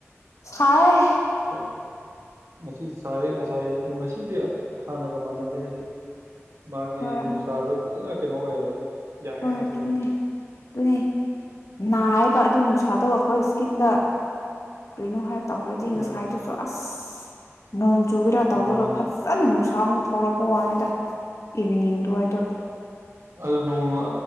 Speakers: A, on the left; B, on the right.
A: ꯁꯥꯏ
B: <unintelligible> ꯉꯁꯤ ꯆꯥꯏꯌꯦ ꯉꯁꯥꯏ ꯌꯨꯛ ꯉꯁꯤꯗꯤ ꯍꯥꯟꯅꯒ ꯃꯥꯟꯅꯗꯦ ꯍꯥꯏꯗꯤ ꯃꯥꯒꯤ
A: ꯍꯣꯏ
B: ꯅꯨꯡꯁꯥꯗꯣ ꯐꯖꯅ ꯀꯩꯅꯣ ꯑꯣꯏꯌꯦꯕ ꯌꯥꯛꯑꯦ
A: ꯍꯣꯏ
B: ꯉꯁꯤꯗꯤ
A: ꯑꯗꯨꯅꯦ ꯑꯗꯨꯅꯦ ꯅꯥꯏꯌꯦꯕ ꯑꯗꯨ ꯅꯨꯡꯁꯥꯗꯣ ꯑꯩꯈꯣꯏ ꯏꯁꯀꯤꯟꯗ ꯀꯔꯤꯅꯣ ꯍꯥꯏ ꯇꯧꯔꯗꯤ
B: ꯃꯥ
A: ꯉꯁꯥꯏꯗꯨꯁꯨ ꯑꯁ ꯅꯣꯡ ꯆꯨꯒꯦꯔꯥ ꯇꯧꯔꯒ
B: ꯃꯥꯅꯦ
A: ꯐꯁ__ ꯐꯅ ꯅꯨꯡꯁꯥꯃꯨꯛ ꯊꯣꯛꯂꯛꯄ ꯋꯥꯅꯤꯗ ꯏꯚꯤꯅꯤꯡ ꯗ꯭ꯋꯥꯏꯗꯣ
B: ꯑꯗꯨ ꯅꯣꯡ